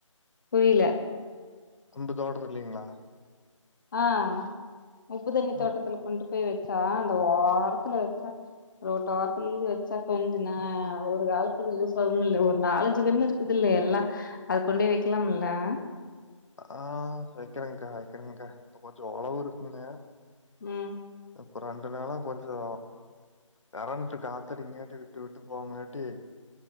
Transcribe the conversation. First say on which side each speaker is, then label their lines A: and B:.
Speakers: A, on the left; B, on the left.
A: புரில
B: நம்ப தோட்டத்துல இல்லீங்களா
A: ஆஹ் உப்பு தண்ணி தோட்டத்துல
B: அம்
A: கொண்டுப் பேய் வெச்சா அந்த ஓரத்துல வெச்சா ரோட்டோரத்துலிந்து வச்சா கொஞ்சுனா ஒரு காலத்துல யூஸ் ஆகுமுல்ல ஒரு நாலஞ்சு கண்ணு இருக்குதுல்லே ல்லா அது கொண்டி வெக்கிலாம்ல் லா
B: ஆ வெக்கறங்க்கா வெக்கறங்க்கா இப்ப கொஞ்ச ஒளவு இருக்குங்க
A: ம்
B: இப்ப ரெண்டு நாளா கொஞ்சோ கரண்ட்டு காத்தடிங்காட்டி விட்டு விட்டு போவங்காட்டி